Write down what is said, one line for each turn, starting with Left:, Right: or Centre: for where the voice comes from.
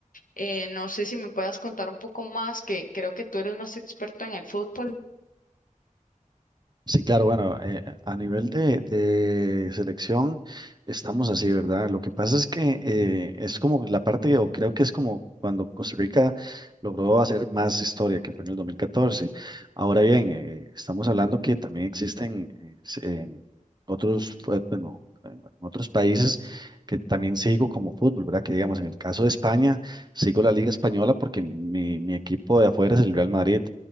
Left: Eh, no sé si me puedas contar un poco más, que creo que tú eres más experto en el fútbol.
Right: Sí, claro, bueno, eh, a nivel de, de selección estamos así, ¿verdad? Lo que pasa es que eh, es como la parte, o creo que es como cuando Costa Rica logró hacer más historia, que fue en el 2014. Ahora bien, eh, estamos hablando que también existen eh, s- eh, otros, fue- bueno, en otros países que también sigo como fútbol, ¿verdad? Que digamos, en el caso de España, sigo la Liga Española porque mi, mi equipo de afuera es el Real Madrid.